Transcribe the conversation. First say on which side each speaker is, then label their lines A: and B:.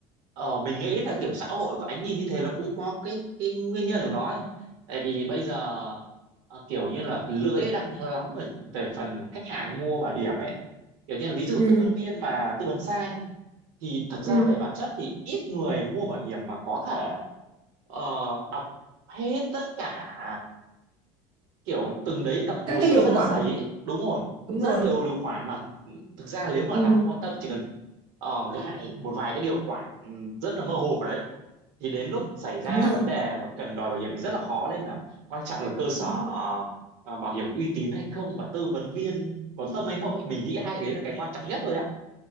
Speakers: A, on the right; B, on the right.
A: ờ, mình nghĩ là kiểu xã hội của anh nhìn như thế là cũng có cái cái nguyên nhân của nó ấy. Tại vì bây giờ ờ, kiểu như là phần lưỡi đang lắm ở về phần khách hàng mua bảo hiểm ấy kiểu như là ví dụ
B: ừ.
A: tư vấn viên mà tư vấn sai thì thực ra
B: ừ.
A: về bản chất thì ít người mua bảo hiểm mà có thể ờ, đọc hết tất cả kiểu từng đấy tập hồ
B: các cái
A: sơ
B: điều
A: rất
B: khoản
A: là dày ấy đúng rồi
B: đúng
A: rất
B: rồi
A: nhiều điều khoản mà ừ, thực ra nếu mà
B: Ừ,
A: là kho tâm chỉ cần ờ, gài một vài cái điều khoản ừ, rất là mơ hồ vào đấy thì đến lúc xảy ra
B: đúng rồi,
A: vấn đề mà cần đòi bảo hiểm thì rất là khó nên là quan trọng là cơ sở
B: đúng rồi.
A: ờ, ờ, bảo hiểm uy tín hay không và tư vấn viên có
B: Đúng
A: tâm
B: rồi.
A: hay không ấy mình nghĩ hai cái đấy là cái quan trọng nhất thôi ạ